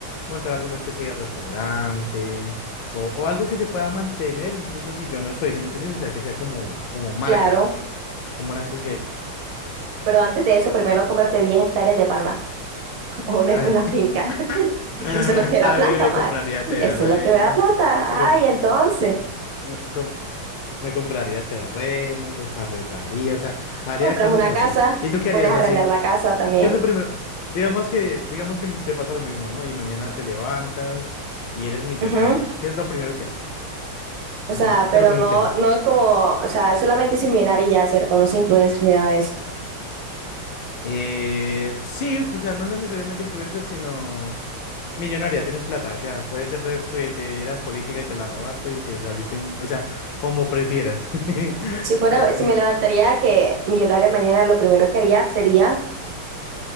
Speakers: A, on the left (about 70°); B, on the right (about 85°).
A: montar alguna especie de restaurante o, o algo que se pueda mantener incluso si yo no estoy, ¿sí me entiendes? O sea, que sea como, como marca,
B: claro,
A: como una especie
B: pero antes de eso, primero cómprate 10 hectáreas de palma <laughs> o una,
A: de...
B: una finca, <laughs> porque
A: <laughs>
B: eso es lo que
A: También
B: da plata,
A: me
B: madre.
A: compraría
B: Eso
A: terrenos.
B: es lo que da plata.
A: me comp-
B: Ay, entonces,
A: Me, com- me compraría terrenos, los arrendaría, o sea, haría
B: compras
A: cosas
B: una
A: así.
B: casa,
A: ¿Y tú qué harías
B: pones a
A: así?
B: arrendar la casa también.
A: ¿Qué es lo primero? Digamos que, digamos que te pasa lo mismo, ¿no? Y mañana te levantas y eres millonaria.
B: Ujú.
A: ¿Qué es lo primero que haces?
B: O
A: Ajá.
B: sea,
A: ¿Y
B: pero
A: qué es lo primero
B: no,
A: que haces?
B: no es como, o sea, solamente sin millonario y ya, ¿cierto? No se influencer ni nada de eso.
A: Eh, sí, o sea, no necesariamente influencer, sino millonaria, tienes plata, ya. Puede ser de que te eras política y te la robaste y te saliste, en- o sea, como prefieras. <laughs>
B: Si fuera,
A: Pe-
B: si
A: el
B: me
A: ca-
B: levantaría que millonaria mañana, lo primero que haría sería